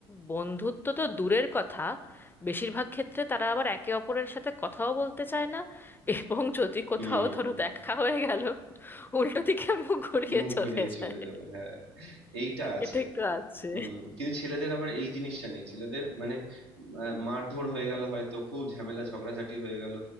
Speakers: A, on the left; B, on the right.
A: বন্ধুত্ব তো দূরের কথা বেশিরভাগ ক্ষেত্রে তারা আবার একে অপরের সাথে কথাও বলতে চায় না <laughs> এবং যদি কোথাও
B: হুম
A: ধরো দেখা হয়ে গেল উল্টো দিকে মুখ ঘুরিয়ে
B: মুখ
A: চলে
B: ঘুরিয়ে
A: যায়
B: চলে যাবে হ্যাঁ এইটা আছে
A: এটা একটু আছে
B: হুম কিন্তু ছেলেদের আবার এই জিনিসটা নেই ছেলেদের মানে আহ, মারধর হয়ে গেল হয়তো খুব ঝামেলা ঝগড়াঝাটি হয়ে গেল